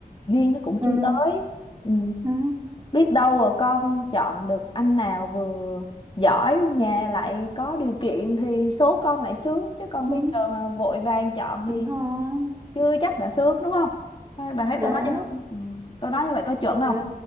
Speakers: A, on the left; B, on the right.
A: duyên nó cũng
B: ừ,
A: chưa tới Ừ.
B: ừ,
A: biết đâu rồi con chọn được anh nào vừa giỏi nhà
B: ừ,
A: lại có điều kiện thì số con lại sướng chứ còn
B: ừ,
A: bây giờ mà vội vàng chọn
B: đúng
A: thì
B: rồi
A: chưa chắc đã sướng đúng không Hay bà thấy
B: đấy
A: tôi nói như ừ, tôi nói như vậy có chuẩn không
B: ừ.